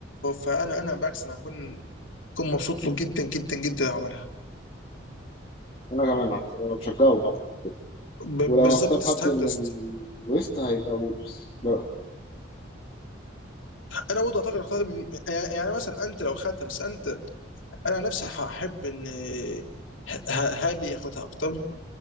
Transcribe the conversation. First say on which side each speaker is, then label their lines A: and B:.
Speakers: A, on the left; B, on the left.
A: فانا انا بالعكس انا هكون هكون مبسوط له جدا جدا جدا لو عملها
B: أنا كمان عم أنا بشجعهم على البطولة.
A: ب-
B: ولو
A: بالظبط
B: هختار
A: يستحق
B: حد من
A: است-
B: الويست هيبقى وولفز ده رأيي.
A: انا برضه اعتقد اختار من- يعني يعني مثلا انت لو خدتها بس انت انا عن نفسي هحب ان ه- ه- هالي ياخدها اكتر